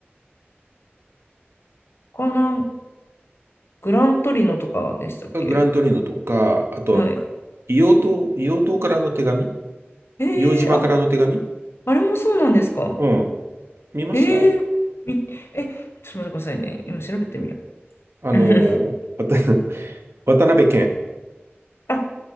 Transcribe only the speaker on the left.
他なんか、グラントリノとかでしたっけ
はい。
えー、
あ、あれもそうなんですか。
えー、み、え、ちょっと待ってくださいね。今調べてみよ
う。<laughs>
あ、